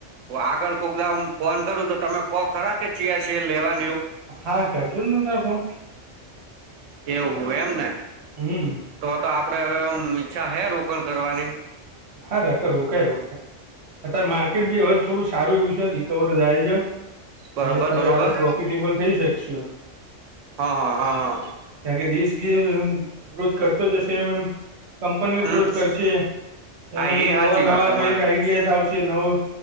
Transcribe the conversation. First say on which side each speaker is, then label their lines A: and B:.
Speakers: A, on the right; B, on the right.
A: આગળ કોક દાળ ફોન કરું તો. તમે કો ખરા કે ચી છે લેવા
B: હા કે અર્જુન દમ ફોન.
A: એવું એમ ને
B: હમ
A: તો તો આપડેમ ઈચ્છા હેરું કોણ કરવાની
B: હા રા. રોકાય રોકાય અત્યારે માર્કેટ બી હવે થોડું સારું એવું છે રિકવર થાય છે.
A: બરોબર
B: એટલે તારે
A: બરોબર
B: હાલું પ્રોફિટેબલ થઇ શકશુ એમ.
A: હા હા હા હા.
B: કારણ કે દેશ ગી ગ્રોથ કરતો જશે એમ એમ કંપનીઓ
A: હમ
B: ગ્રોથ કરશે.
A: હા
B: એમ એમ
A: એ
B: નવ.
A: સાચી વાત તમારી
B: કઈક આઈડિયા જ આવશે નવું